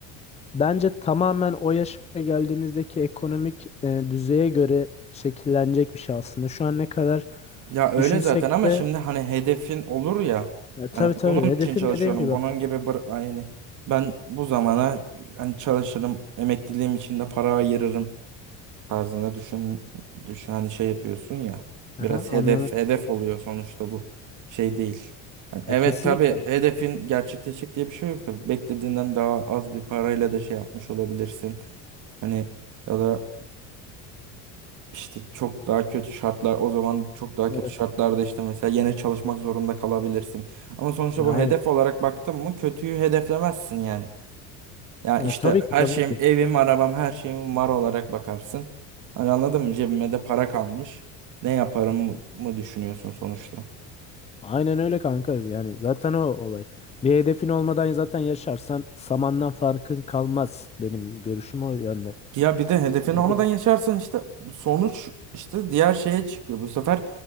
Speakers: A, on the left; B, on the right.
A: Bence tamamen o yaşa geldiğimizdeki ekonomik e, düzeye göre şekillenecek bir şey aslında. Şu an ne kadar
B: ya öyle
A: düşünsek
B: zaten ama
A: de
B: şimdi hani hedefin olur ya
A: E,
B: hani
A: tabii tabii.
B: bunun
A: Hedefim
B: için çalışıyorum.
A: dediğim gibi.
B: Bunun gibi bır- yani ben bu zamana hani çalışırım, emekliliğim için de para ayırırım. tarzında düşün, düşün hani şey yapıyorsun ya. Biraz
A: Aha, anladım.
B: hedef hedef oluyor sonuçta bu şey değil. Yani evet
A: Ya, kesinlikle.
B: tabii hedefin gerçekleşecek diye bir şey yok tabii. Beklediğinden daha az bir parayla da şey yapmış olabilirsin. Hani ya da işte çok daha kötü şartlar o zaman çok daha
A: Evet.
B: kötü şartlarda işte mesela yine çalışmak zorunda kalabilirsin. Ama sonuçta
A: Yani.
B: bu hedef olarak baktın mı kötüyü hedeflemezsin yani. Ya işte
A: E, tabii ki
B: her
A: tabii
B: şeyim,
A: ki.
B: evim, arabam, her şeyim var olarak bakarsın. Hani anladın mı? Cebime de para kalmış. Ne yaparım mı düşünüyorsun sonuçta?
A: Aynen öyle kanka. Yani zaten o olay. Bir hedefin olmadan zaten yaşarsan samandan farkın kalmaz. Benim görüşüm o yönde.
B: Ya bir de hedefin
A: Yani
B: olmadan
A: bir,
B: yaşarsan işte sonuç işte diğer şeye çıkıyor. Bu sefer